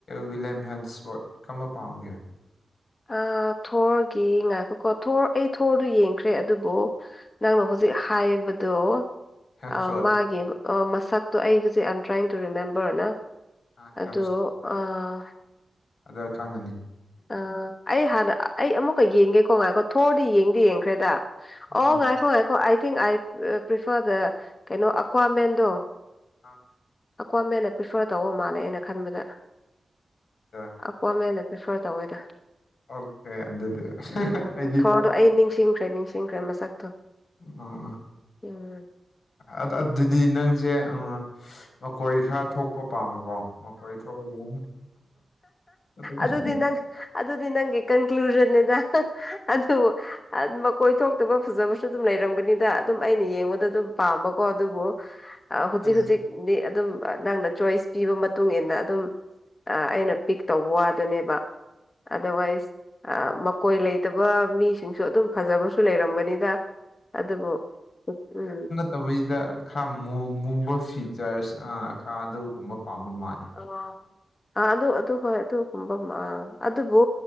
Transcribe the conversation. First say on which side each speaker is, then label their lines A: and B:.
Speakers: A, on the left; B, on the left.
A: ꯋꯤꯂꯤꯌꯝ ꯍꯦꯟꯁꯋꯥꯔꯠ ꯀꯝꯕ ꯄꯥꯝꯒꯦ
B: ꯑ ꯊꯣꯔꯒꯤ ꯉꯥꯏꯈꯣꯀꯣ ꯊꯣꯔ ꯑꯩ ꯊꯣꯔꯗꯣ ꯌꯦꯡꯈ꯭ꯔꯦ ꯑꯗꯨꯕꯨ ꯅꯪꯅ ꯍꯧꯖꯤꯛ ꯍꯥꯏꯕꯗꯣ
A: ꯍꯦꯝꯁꯋꯠ
B: ꯑꯥ ꯃꯥꯒꯤ ꯑꯣ ꯃꯁꯛꯇꯣ ꯑꯩ ꯍꯨꯖꯤꯛ ꯑꯥꯏꯌꯦꯝ ꯇ꯭ꯔꯥꯏꯟ ꯇꯨ ꯔꯤꯃꯦꯝꯕꯔ ꯅ
A: <unintelligible>
B: ꯑꯗꯣ ꯑꯥ
A: ꯑꯗꯨ ꯈꯪꯉꯅꯤ
B: ꯑꯥ ꯑꯩ ꯍꯥꯟꯅ ꯑꯩ ꯑꯃꯨꯛꯀ ꯌꯦꯡꯒꯦꯀꯣ ꯉꯥꯏꯈꯣ ꯊꯣꯔꯗꯤ ꯌꯦꯡꯗꯤ ꯌꯦꯡꯈ꯭ꯔꯦꯗ ꯑꯣ
A: ꯑꯥ
B: ꯉꯥꯏꯈꯣ ꯉꯥꯏꯈꯣ ꯑꯥꯏ ꯊꯤꯡꯛ ꯑꯥꯏ ꯄ꯭ꯔꯤꯐꯔ ꯗ ꯀꯩꯅꯣ ꯑꯀ꯭ꯋꯥꯃꯦꯟꯗꯣ
A: ꯑ
B: ꯑꯀꯋ꯭ꯥꯃꯦꯟꯅ ꯄꯔ꯭ꯤꯐꯔ ꯇꯧꯕ ꯃꯥꯜꯂꯦ ꯑꯩꯅ ꯈꯟꯕꯗ
A: ꯑꯥ
B: ꯑꯀꯋ꯭ꯥꯃꯦꯟꯅ ꯄ꯭ꯔꯤꯐꯔ ꯇꯧꯋꯦꯗ
A: ꯑꯣꯈꯦ ꯑꯗꯨꯗꯤ
B: ꯎꯝ
A: ꯑꯩꯗꯤ
B: ꯊꯣꯔꯗꯣ ꯑꯩ ꯅꯤꯡꯁꯤꯡ ꯈꯔ꯭ꯦ ꯅꯤꯡꯁꯤꯡꯈꯔ꯭ꯦ ꯃꯁꯛꯇꯣ
A: ꯑ ꯑ
B: ꯎꯝ
A: ꯑꯗ ꯑꯗꯨꯗꯤ ꯅꯪꯁꯦ ꯑꯥ ꯃꯀꯣꯏ ꯈꯔ ꯊꯣꯛꯄ ꯄꯥꯝꯕꯀꯣ ꯃꯀꯣꯏ ꯊꯣꯛꯔ <unintelligible>
B: ꯑꯗꯨꯗꯤ ꯅꯪ ꯑꯗꯨꯗꯤ ꯅꯪꯒꯤ ꯀꯟꯀ꯭ꯂꯨꯖꯟꯅꯦꯗ ꯑꯗꯨꯕꯨ ꯃꯀꯣꯏ ꯊꯣꯛ ꯇꯕ ꯐꯖꯕꯁꯨ ꯑꯗꯨꯝ ꯂꯩꯔꯝꯒꯅꯤꯗ ꯑꯗꯨꯝ ꯑꯩꯅ ꯌꯦꯡꯕꯗ ꯑꯗꯨꯝ ꯄꯥꯝꯕꯀꯣ ꯑꯗꯨꯕꯨ ꯑ
A: ꯑꯗꯨꯒ,
B: ꯍꯨꯖꯤꯛ ꯍꯨꯖꯤꯛꯗꯤ ꯑꯗꯨꯝ ꯅꯪꯅ ꯆꯣꯏꯁ ꯄꯤꯕ ꯃ ꯃꯇꯨꯡ ꯏꯟꯅ ꯑꯗꯨꯝ ꯑꯥ ꯑꯩꯅ ꯄꯤꯛ ꯇꯧꯕ ꯋꯥꯗꯨꯅꯦꯕ ꯑꯗ꯭ꯔꯋꯥꯏꯁ ꯑ ꯃꯀꯣꯏ ꯂꯩꯇꯕ ꯃꯤꯁꯤꯡꯁꯨ ꯑꯗꯨꯝ ꯐꯖꯕꯁꯨ ꯂꯩꯔꯝꯒꯅꯤꯗ ꯑꯗꯨꯕꯨ ꯄꯛꯎꯝ
A: ꯇꯕꯨꯏꯗ ꯈꯔ ꯃꯨ ꯃꯨꯕ ꯐꯤꯆ꯭ꯔꯁ ꯑꯥ ꯈꯔ ꯑꯗꯨꯒꯨꯝꯕ ꯄꯥꯝꯕ ꯃꯥꯜ
B: ꯑꯣ ꯑꯥ ꯑꯗꯨ ꯑꯗꯨ ꯍꯣꯏ ꯑꯗꯨꯒꯨꯝꯕ ꯃꯥ ꯑꯗꯨꯕꯨ